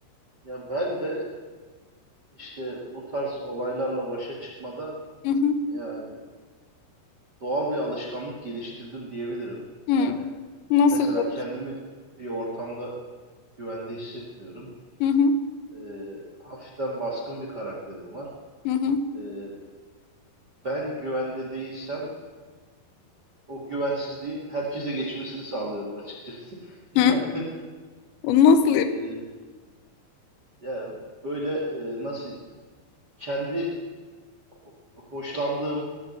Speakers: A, on the right; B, on the left.
A: ya ben de işte bu tarz olaylarla başa çıkmada
B: Hı hı.
A: yani doğal bir alışkanlık geliştirdim diyebilirim.
B: Hı.
A: Yani
B: Nasıl
A: mesela
B: yapıyorsun?
A: kendimi bir ortamda güvende hissetmiyorum.
B: Hı hı.
A: Ee, hafiften baskın bir karakterim var.
B: Hı hı.
A: Ee, ben güvende değilsem o güvensizliğin herkese geçmesini sağlıyorum açıkçası. <laughs>
B: Hı.
A: Yani,
B: Onu nasıl
A: e, ya böyle e, nasıl kendi ho- hoşlandığım,